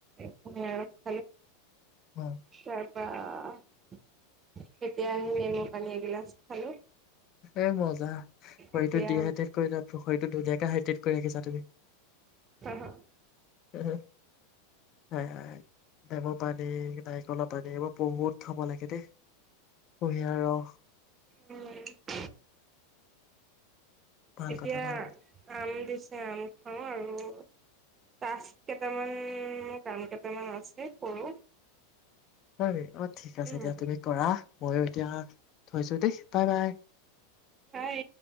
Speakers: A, on the right; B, on the left.
A: <unintelligible>
B: উম।
A: তাৰ পৰা এতিয়া সেই নেমু পানী এগিলাচ খালোঁ।
B: এই মজা। শৰীৰটো
A: এতিয়া
B: ডিহাইড্ৰেট কৰি <unintelligible> শৰীৰটো ধুনীয়াকে হাইড্ৰেট কৰি ৰাখিছা তুমি।
A: <inaudible>
B: <inaudible> হয়, হয়, ডেমৰ পানী নাৰিকলৰ পানী এইবোৰ বহুত থ'ব লাগে দেই। কুঁহিয়াৰ ৰস।
A: উম।
B: ভাল
A: এতিয়া
B: কথা ভাল কথা।
A: আম দিছে আম খাওঁ আৰু। টাস্ক কেইটামান মোৰ কাম কেইটামান আছে কৰো।
B: হয়, অ' আছে
A: উম,
B: দিয়া তুমি কৰা ময়ো এতিয়া থৈছো দেই বাই বাই।
A: বাই।